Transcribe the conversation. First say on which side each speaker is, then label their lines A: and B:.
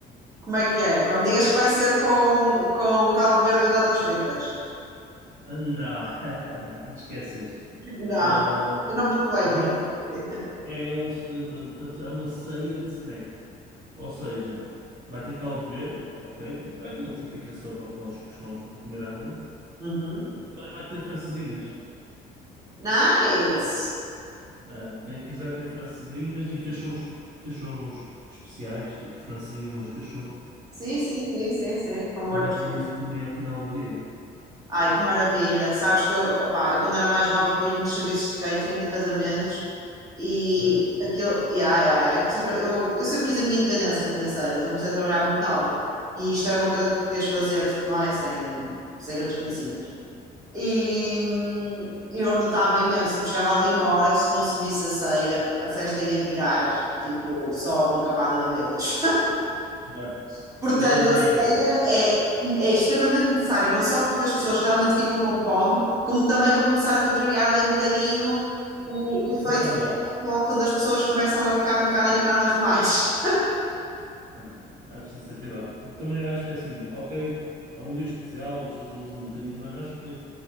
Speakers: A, on the right; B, on the right.
A: Como é que é? Vai- Me digas que vai ser com, com caldo verde e batatas fritas.
B: Ah, Não, <laughs> não te esqueces.
A: Não,
B: Hum,
A: eu não provei,
B: vai,
A: mas não sei.
B: é, um, eh, portanto, é uma ceia de snack. Ou seja, vai ter caldo verde, ok? Tipo, é aquele típica sopa que nós costumamos comer à noite.
A: Uhum.
B: Vai ter francesinhas.
A: Nice!
B: É, quem quiser tem francesinhas e cachorros, cachorros especiais, tipo francesinha, mas cachorro.
A: Sim, sim, sim, sim, sim, com molho
B: Vai
A: por
B: ter
A: cima.
B: isso também ao final do dia,
A: Ai, que maravilha! Sabes que eu, opá, eu quando era mais nova fiz muitos serviços de catering de casamentos e
B: sério?
A: aquilo. E, ai, ai, ai, eu, comecei a tra- eu, eu sempre quis a minha independência financeira, então comecei a trabalhar muito nova. E isto era uma coisa que tu podias fazer, não é? Sem, sem grandes conhecimentos. E, hum, eu notava imenso, tipo, chegava ali uma hora que se não servisse a ceia, a festa ia virar, tipo, só uma camada de bêbados.
B: Yeah.
A: <laughs> Portanto,
B: O problema
A: a ceia
B: é ele.
A: é, é extremamente necessária, não só porque as pessoas realmente ficam com fome, como também para começar a contrariar ali um bocadinho o,
B: Pois.
A: o efeito
B: Cortar o
A: do
B: álcool.
A: futebol, quando as pessoas começam a ficar um bocado animadas demais.
B: Não, é preciso ter cuidado. E também eu acho que é assim, ok, é um dia especial, as pessoas abusam um bocadinho, mas acho que